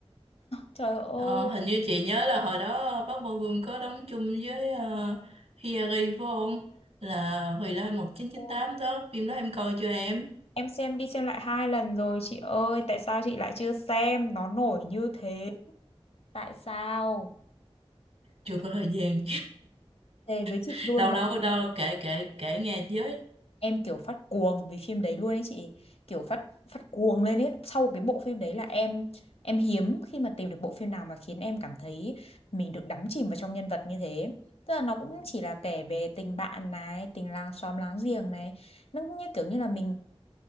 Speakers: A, on the left; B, on the right.
A: Trời ơi.
B: Ờ, hình như chị nhớ là hồi đó bác Bo Gum có đóng chung với uh, Hiari phải không? Là Hồi Lai một chín chín
A: Ôi,
B: tám đó, phim đó em coi chưa em?
A: Em xem đi xem lại hai lần rồi chị ơi, tại sao chị lại chưa xem? Nó nổi như thế. Tại sao?
B: Chưa có thời gian.
A: Thề với chị
B: <laughs>
A: luôn
B: đâu
A: lại
B: đâu đâu kể kể kể nghe với.
A: em kiểu phát cuồng vì phim đấy luôn ấy chị kiểu phát phát cuồng lên ấy sau cái bộ phim đấy là em em hiếm khi mà tìm được bộ phim nào mà khiến em cảm thấy mình được đắm chìm vào trong nhân vật như thế tức là nó cũng chỉ là kể về tình bạn này tình làng xóm láng giềng này nó cũng như kiểu như là mình